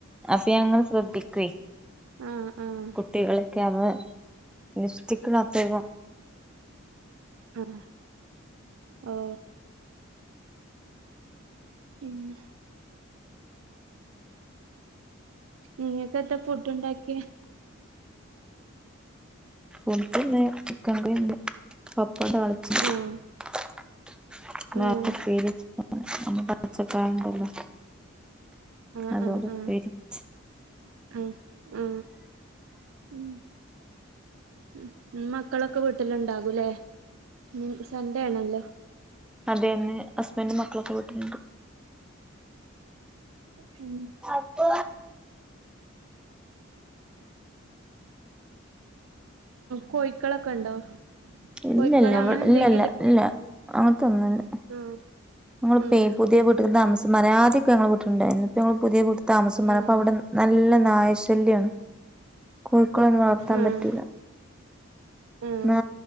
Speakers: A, in the centre; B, on the right.
A: അപ്പ ഞാൻ അങ്ങനെ ശ്രദ്ധിക്കുവേ.
B: ആഹ് ആഹ്
A: കുട്ടികളൊക്കെ അവ ലിപ്സ്റ്റിക് ഇടാതെന്
B: <unintelligible> ഓ പിന്നെ. നിങ്ങകെന്താ ഫുഡ് ഉണ്ടാക്കിയേ.
A: ഓല്ക്ക്‌ ഇന്ന് ചിക്കൻ കറിണ്ട് പപ്പ തളിച്ചത്
B: ആഹ്
A: <unintelligible>
B: ഉം
A: ഉപേരോ വെച്ചതും നമ്മ പച്ചക്കായണ്ടല്ലോ
B: ആഹ്
A: അതോണ്ട്
B: ആഹ്
A: ഉപ്പേരി വെച്ച്
B: ആഹ് ആ ഉം ഉം മക്കളൊക്കെ വീട്ടിൽ ഉണ്ടാകൂല്ലേ ഉം സൺഡേ ആണല്ലോ.
A: അതെന്നെ ഹസ്ബൻഡും മക്കളൊക്കെ വീട്ടിലുണ്ട്.
B: ഉം
A: <unintelligible>
B: കോഴിക്കളൊക്കെ ഉണ്ടോ.
A: ഇല്ലല്ല
B: കോഴിക്കള്
A: ഇവ
B: അങ്ങനെ
A: ഇല്ലല്ല
B: എന്തെങ്കിലും
A: ഇല്ല അങ്ങനത്തൊന്നുല്ല.
B: ഉം
A: ഞങ്ങളിപ്പേ
B: ഉം
A: പുതിയ വീട്ടിക്ക് താമസം മാറി ആദ്യാക്കെ ഞങ്ങളുടെ വീട്ടിൽ ഉണ്ടായിരുന്നു ഇപ്പ പുതിയ വീ. താമസം മാറി
B: ഉം
A: അപ്പം അവിടെ നല്ല നായശല്യമാണ് കോഴിക്കോളൊന്നും വളർത്താൻ
B: ഉം
A: പറ്റൂല.
B: ഉം
A: നാ